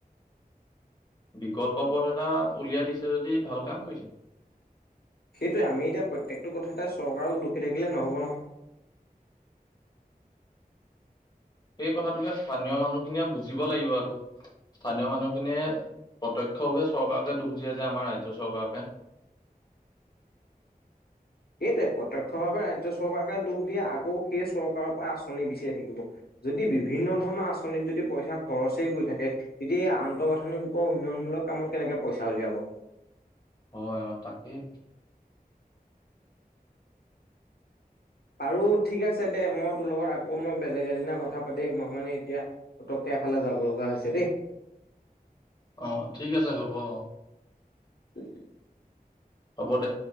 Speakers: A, on the left (about 30°); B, on the left (about 80°).
A: বিকল্প পথ এটা উলিয়াই দিছে যদি ভাল কাম কৰিছে।
B: সেইটোৱে আমি এতিয়া প্ৰত্যেকটো কথাতে চৰকাৰক দুখী থাকিলে নহ'ব নহয়।
A: সেই কথাটোকে স্থানীয় মানুহখিনিয়ে বুজিব লাগিব আকৌ। স্থানীয় মানুহখিনিয়ে প্ৰত্যক্ষভাৱে চৰকাৰকে দোষ দিয়ে যে আমাৰ ৰাজ্য চৰকাৰকে।
B: সেইটোৱে প্ৰত্যক্ষ ভাৱে ৰাজ্য চৰকাৰকে দোষ দিয়ে, আকৌ সেই চৰকাৰৰ পৰাই আঁচনি বিচাৰি থাকিব। যদি বিভিন্ন ধৰণৰ আঁচনিত যদি পইছা খৰচেই কৰি থাকে। এতিয়া আন্তঃগাঁথনিবোৰক উন্নয়নমূলক কামত কেনেকে পইচা উলিয়াব।
A: হয় অ', তাকেই।
B: আৰু ঠিক আছে দে মই তোৰ লগত আকৌ মই বেলেগ এদিনা কথা পাতিম, মই মানে এতিয়া পটককৈ এফালে যাব লগা হৈছে দেই।
A: অ ঠিক আছে হ'ব অ
B: <inaudible>
A: হ'ব দে